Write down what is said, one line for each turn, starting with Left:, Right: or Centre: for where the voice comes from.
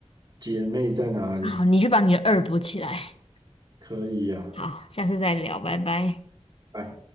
Right: 姐妹在哪里。
Left: 好，你去把你的二补起来。
Right: 可以呀，
Left: 好，下次再聊，拜拜。
Right: 哎。